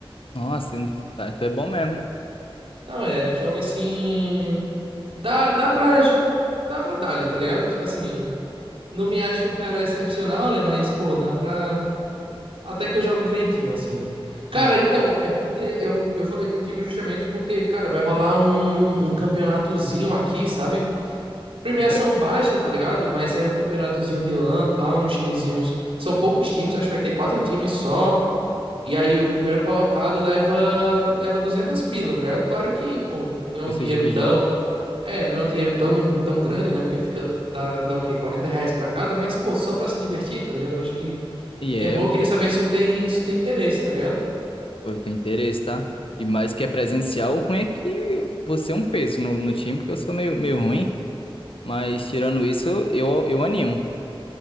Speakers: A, on the left; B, on the right.
A: Nossa, tá, tu é bom mesmo, né?
B: Não, é, jogo assim. Dá, dá pra. Dá pra dar ali, tá ligado? Tipo assim. Não me acho um cara excepcional, né? Mas, pô, dá pra. Até que eu jogo direitinho, assim. Cara,
A: Hum,
B: então, é porque eu, eu falei contigo justamente porque, cara, vai rolar um, um campeonatozinho aqui, sabe? Premiação
A: um pre...
B: baixa, tá ligado? Mas é um campeonatozinho de LAN, tal, uns timezinhos. São poucos times, acho que vai ter quatro times só. E aí o primeiro colocado leva leva 200 pila, tá ligado? Claro que, pô, não é
A: vai
B: um
A: ser
B: dinheiro
A: dividido.
B: tão é, não é um dinheiro tão, tão grande, né? Porque fica, dá, dá o quê? quarenta reais pra cada, mas, pô, só pra se divertir, tá ligado? Eu acho que,
A: E
B: que
A: é
B: é bom,
A: um
B: eu
A: pre...
B: queria saber se tu tem, se tu tem interesse, tá ligado?
A: Pô, eu tenho interesse, tá? E mais que é presencial, o ruim é que você é um peso no, no time, porque eu sou meio, meio ruim. Mas tirando isso, eu, eu animo.